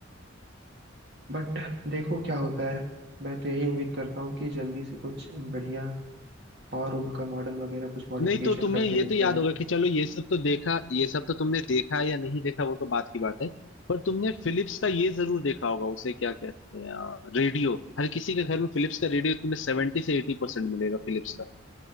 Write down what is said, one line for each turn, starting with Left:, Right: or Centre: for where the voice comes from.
Right: बट देखो क्या होता है मैं तो यही उम्मीद करता हूँ कि जल्दी से कुछ बढ़िया और उनका मॉडल वगैरह कुछ मॉडिफिकेशन
Left: नहीं तो तुम्हें
Right: करके
Left: ये
Right: लेके
Left: तो याद
Right: आए
Left: होगा कि चलो ये सब तो देखा ये सब तो तुमने देखा या नहीं देखा वो तो बात की बात है पर तुमने फिलिप्स का ये जरूर देखा होगा उसे क्या कहते हैं रेडियो हर किसी के घर में फिलिप्स का रेडियो तुम्हें सेवेंटी से एटी परसेंट मिलेगा फिलिप्स का